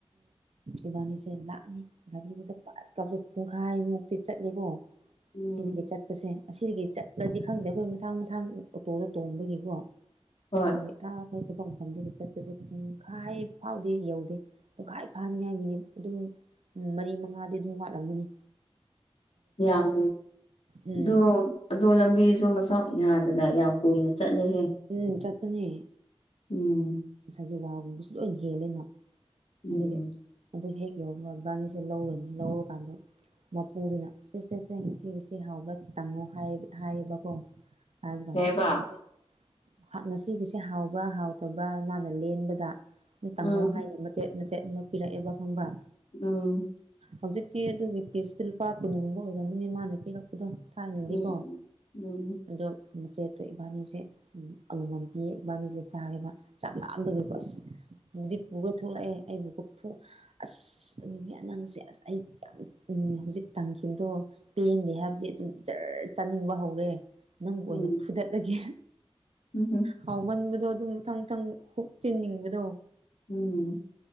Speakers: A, on the right (about 80°); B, on the left (about 80°).
A: ꯏꯕꯥꯅꯤꯁꯦ ꯂꯥꯛꯅꯤ ꯒꯥꯔꯤꯗꯨꯗ ꯄꯠ ꯀ ꯄꯨꯡꯈꯥꯏꯃꯨꯛꯇꯤ ꯆꯠꯂꯦꯀꯣ
B: ꯎꯝ
A: ꯁꯤꯗꯒꯤ ꯆꯠꯄꯁꯦ ꯑꯁꯤꯗꯒꯤ ꯗꯗꯤ ꯈꯪꯗꯦ ꯑꯩꯈꯣꯏ ꯃꯊꯥꯡ ꯃꯊꯥꯡ ꯑꯣꯇꯣꯗ ꯇꯣꯡꯕꯒꯤꯀꯣ
B: ꯍꯣꯏ
A: ꯑꯗꯨꯒꯤ ꯑꯩꯈꯣꯏ ꯁꯐꯝꯐꯝꯗꯒꯤ ꯆꯠꯄꯁꯦ ꯄꯨꯡꯈꯥꯏ ꯐꯥꯎꯗꯤ ꯌꯧꯗꯦ ꯄꯨꯡꯈꯥꯏ ꯐꯥꯅꯤꯉꯥꯏ ꯃꯤꯅꯤꯠ ꯑꯗꯨꯝ ꯃꯔꯤ ꯃꯉꯥꯗꯤ ꯑꯗꯨꯝ ꯋꯥꯠꯂꯝꯃꯅꯤ
B: ꯌꯥꯝ
A: ꯎꯝ
B: ꯑꯗꯣ ꯑꯗꯣ ꯂꯝꯕꯤꯁꯨ ꯃꯁꯛ ꯌꯥꯟꯗꯅ ꯌꯥꯝ ꯀꯨꯏꯅ ꯆꯠꯂꯦꯍꯦ
A: ꯎꯝ ꯆꯠꯄꯅꯤ
B: ꯎꯝ
A: ꯖꯤꯔꯥ ꯋꯥꯒꯨꯝꯕꯁꯨ ꯂꯣꯏꯅ ꯍꯦꯜꯂꯦꯅ
B: ꯎꯝ
A: ꯑꯗꯨꯗꯤ ꯑꯗꯨ ꯍꯦꯛ ꯌꯧꯕꯒ ꯢꯕꯅꯤꯁꯦ ꯂꯧꯔꯅꯤ ꯂꯧꯔꯨꯀꯥꯟꯗ ꯃꯄꯨꯗꯨꯅ ꯁꯦ ꯁꯦ ꯁꯦ ꯉꯁꯤ ꯉꯁꯤ ꯍꯥꯎꯕ ꯇꯪꯉꯣ ꯍꯥꯏ ꯍꯥꯢꯌꯦꯕꯀꯣ ꯍꯥꯏꯔꯕꯒꯥꯟꯗꯦ
B: ꯀꯩꯕ
A: ꯑꯩꯁꯦ ꯉꯁꯤꯒꯤꯁꯦ ꯍꯥꯎꯕ꯭ꯔꯥ ꯍꯥꯎꯇꯕ꯭ꯔꯥ ꯃꯥꯅ ꯂꯦꯟꯕꯗꯅ ꯇꯪꯉꯨ
B: ꯎꯝ
A: ꯍꯥꯏꯅ ꯆꯦꯠ ꯃꯆꯦꯠ ꯑꯃ ꯄꯤꯔꯛꯑꯦꯕ ꯈꯪꯕ꯭ꯔꯥ
B: ꯎꯝ
A: ꯍꯧꯖꯤꯛꯇꯤ ꯑꯗꯨꯒꯤ ꯄꯤꯁꯇꯨ ꯂꯨꯄꯥ ꯀꯨꯟꯒꯨꯝꯕ ꯑꯣꯏꯔꯝꯃꯅꯤ ꯃꯥꯅ ꯄꯤꯔꯛꯄꯗꯣ ꯊꯥꯏꯅꯗꯤꯀꯣ
B: ꯎꯝ ꯎꯝ
A: ꯑꯗꯣ ꯃꯆꯦꯠꯇꯣ ꯏꯕꯥꯅꯤꯁꯦ ꯎ ꯑꯃꯃꯝ ꯄꯤꯑ ꯏꯕꯥꯅꯤꯁꯦ ꯆꯥꯔꯦꯕ ꯆꯥꯛ ꯂꯥꯝꯕꯒꯤꯀꯣꯁ ꯕꯨꯗꯤ ꯄꯨꯒ ꯊꯣꯛꯂꯛꯑꯦ ꯑꯩꯕꯨꯒ ꯑꯁ ꯅꯨꯕꯤ ꯑ ꯅꯪꯁꯦ ꯑꯁ ꯑꯩ ꯌꯥꯝ ꯍꯧꯖꯤꯛ ꯇꯪꯈꯤꯕꯗꯣ ꯄꯦꯟꯗꯦ ꯍꯥꯏꯕꯗꯤ ꯑꯗꯨꯝ ꯖꯔ ꯆꯥꯅꯤꯡꯕ ꯍꯧꯔꯦ ꯅꯪꯕꯨ
B: ꯎꯝ
A: ꯑꯣꯏꯅ ꯐꯨꯗꯠꯂꯒꯦ
B: ꯎꯝ ꯍꯝ
A: ꯍꯥꯎꯃꯟꯕꯗꯣ ꯑꯗꯨꯝ ꯃꯊꯪ ꯃꯊꯪ ꯍꯨꯛ ꯆꯤꯟꯅꯤꯡꯕꯗꯣ
B: ꯎꯝ